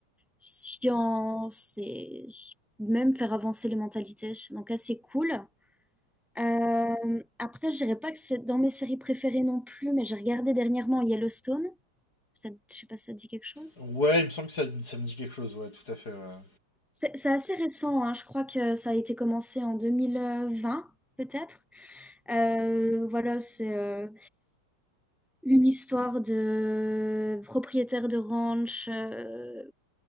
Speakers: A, in the centre; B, on the left.
A: science et même faire avancer les mentalités. Donc assez cool. Euh, après, je dirais pas que c'est dans mes séries préférées non plus, mais j'ai regardé dernièrement Yellowstone. Ça, je sais pas si ça te dit quelque chose.
B: Ouais, il me semble que ça, ça me dit quelque chose, ouais, tout à fait, ouais.
A: C'est c'est assez récent, hein. Je crois que ça a été commencé en deux mille vingt peut-être. Euh, voilà, c'est euh, une histoire de propriétaire de ranch. euh,